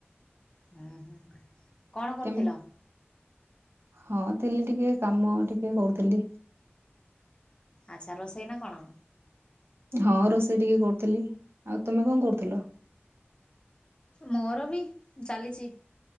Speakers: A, on the left (about 25°); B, on the right (about 70°).
A: ହୁଁ ହୁଁ କଣ କରୁଥିଲ
B: କେମ ହଁ ଥିଲି ଟିକେ କାମ ଟିକେ କରୁଥିଲି।
A: ଆଛା ରୋଷେଇ ନା କଣ।
B: ହଁ ରୋଷେଇ ଟିକେ କରୁଥିଲି, ଆଉ ତୁମେ କଣ କରୁଥିଲ।
A: ମୋର ବି ଚାଲିଛି।